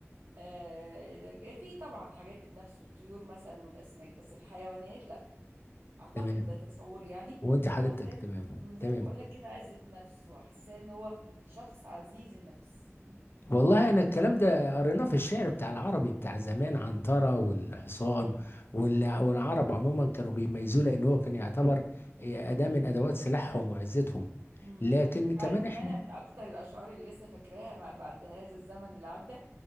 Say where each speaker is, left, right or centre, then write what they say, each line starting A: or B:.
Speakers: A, on the right; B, on the left.
A: آه، إذا- في طبعا حاجات بتنافسه الطيور مثلا والأسماك بس الحيوانات لا أعتقد
B: تمام
A: ده تصوري يعني
B: وانت حضرتك
A: وزي
B: تمام
A: ما- زي
B: تمام
A: ما بقول لك كده عزة نفسه حاساه إن هو شخص عزيز النفس
B: والله انا الكلام ده قريناه في الشعر بتاع العربي بتاع زمان عنترة والحصان
A: مم.
B: وال- والعرب عموما كانوا بيميزوه لان هو كان يعتبر إيه، اداة من ادوات سلاحهم وعزتهم
A: مم.
B: لكن كمان
A: عارف ان
B: احنا
A: انا من اكتر الاشعار اللي لسه فاكراها ما بعد هذا الزمن اللي عدى